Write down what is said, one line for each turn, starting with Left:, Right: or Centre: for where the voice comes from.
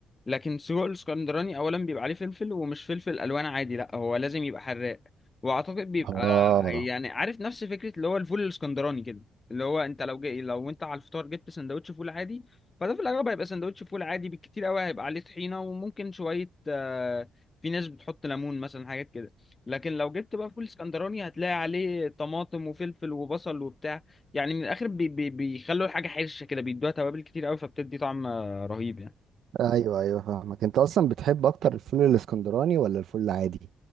Left: لكن سجق الاسكندراني اولا بيبقى عليه فلفل ومش فلفل الوان عادي لا هو لازم يبقى حراق واعتقد بيبقى
Right: اه
Left: يعني عارف نفس فكره اللي هو الفول الاسكندراني كده اللي هو انت لو جاي لو انت على الفطار جبت سندوتش فول عادي فده في الاغلب هيبقى سندوتش فول عادي بالكتير قوي هيبقى عليه طحينه وممكن شويه آه، في ناس بتحط ليمون مثلا حاجات كده لكن لو جبت بقى فول اسكندراني هتلاقي عليه طماطم وفلفل وبصل وبتاع يعني من الاخر بي بي بيخلوا الحاجه حرشه كده بيدوها توابل كتير قوي فبتدي طعم آه، رهيب يعني
Right: ايوه ايوه فاهمك انت اصلا بتحب اكتر الفول الاسكندراني ولا الفول العادي